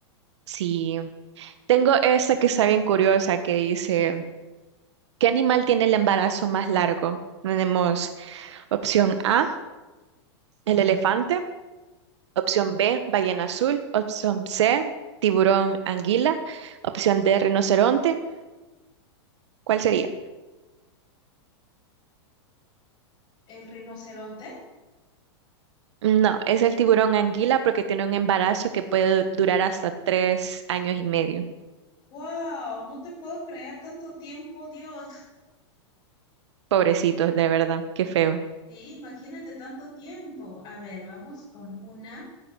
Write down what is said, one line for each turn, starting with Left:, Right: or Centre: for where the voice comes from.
Right: Sí. Tengo esta que está bien curiosa que dice, ¿qué animal tiene el embarazo más largo? Tenemos opción A, el elefante, Opción B, ballena azul. Opción C, tiburón anguila. Opción D, rinoceronte. ¿Cuál sería?
Left: ¿El rinoceronte?
Right: No, es el tiburón anguila porque tiene un embarazo que puede durar hasta tres años y medio.
Left: ¡Wow! No te puedo creer tanto tiempo, Dios.
Right: Pobrecitos, de verdad, qué feo.
Left: Sí, imagínate tanto tiempo. A ver, vamos con una